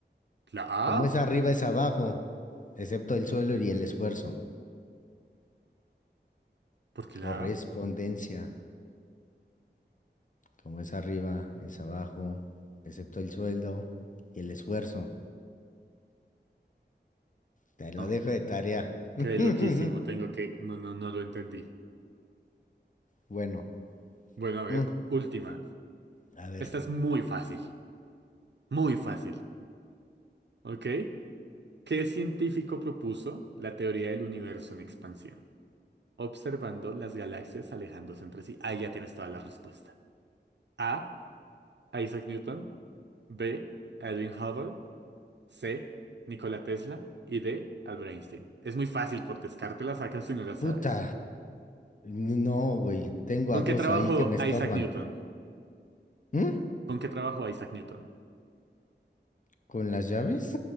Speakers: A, on the right; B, on the left.
A: ¿La A?
B: Como es arriba es abajo, excepto el suelo y el esfuerzo.
A: ¿Por qué la
B: Correspondencia.
A: A?
B: Como es arriba es abajo, excepto el sueldo y el esfuerzo. Te lo
A: No,
B: dejo de tarea. <laughs>
A: quedé loquísimo, tengo que, no, no, no lo entendí.
B: Bueno,
A: Bueno, a ver,
B: mm,
A: última.
B: a ver.
A: Esta es muy fácil, muy fácil, ¿ok? ¿Qué científico propuso la teoría del universo en expansión? Observando las galaxias alejándose entre sí. Ahí ya tienes toda la respuesta. A, Isaac Newton. B, Edwin Hubble. C. Nikola Tesla. Y D. Albert Einstein. Es muy fácil, por descarte la sacas si no la sabes.
B: Puta. No, güey. Tengo
A: ¿Con
B: a dos
A: qué trabajó
B: ahí que me estorban.
A: Isaac Newton?
B: ¿Mm?
A: ¿Con qué trabajó Isaac Newton?
B: ¿Con las llaves?